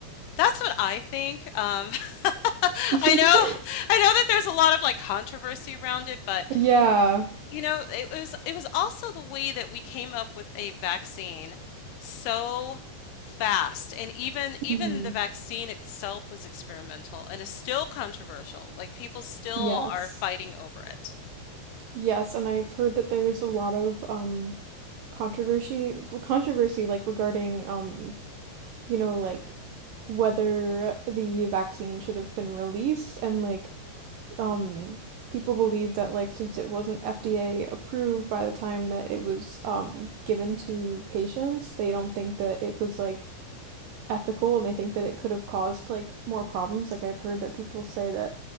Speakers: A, on the left; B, on the right.
A: That's what I think. Um, <laughs>
B: <laughs>
A: I know, I know that there's a lot of like controversy around it, but
B: Yeah.
A: You know, it was it was also the way that we came up with a vaccine so fast. And even even
B: hmm
A: the vaccine itself was experimental and is still controversial. Like people still
B: Yes.
A: are fighting over it.
B: Yes, and I've heard that there's a lot of um controversy controversy like regarding um you know, like whether the vaccine should have been released and like um people believe that like since it wasn't FDA approved by the time that it was um given to patients, they don't think that it was like ethical and they think that it could have caused like more problems. Like I've heard that people say that